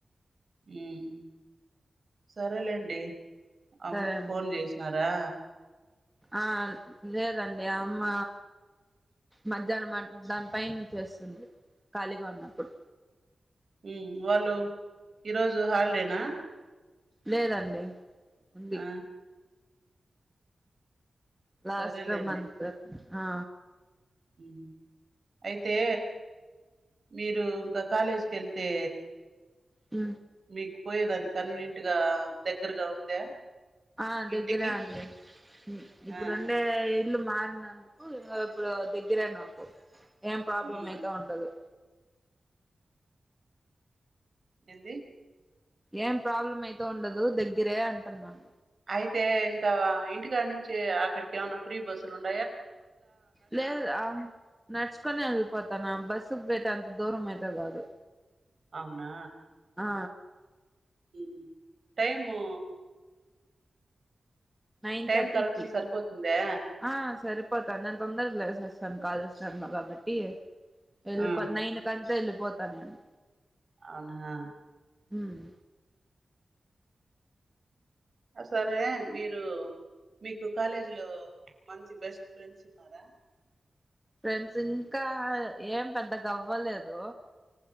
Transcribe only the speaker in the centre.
సరే అండి
ఆ లేదండి ఆ అమ్మ మధ్యాహ్నం అట దాని పైనంచిస్తుంది ఖాళీగా ఉన్నప్పుడు
లేదండి ఉంది
లాస్ట్
మంత్ ఆ
ఉ
ఆ దగ్గరే
అండి ఇప్పుడుండే
ఇల్లు మారినందుకు ఇ ఇప్పుడు దగ్గరే నాకు ఏం ప్రాబ్లం
అయితే ఉండదు
ఏం ప్రాబ్లం అయిత ఉండదు దగ్గరే అంటున్నాను
లేదు ఆ నడుచుకొని వెళ్ళిపోతాను బస్సుకు పెట్టంత దూరం అయితే గాదు
ఆ
నైన్
థర్టీకిి
ఆ సరిపోతాది నేను తొందరగా లేసేస్త తను కాలేజ్ శర్మ గాబట్టి ఎల్లిపో
నైన్ కంత ఎల్లిపో పోత నేను
ఉమ్
ఫ్రెండ్స్ ఇంకా ఏం పెద్ద గవ్వలేదు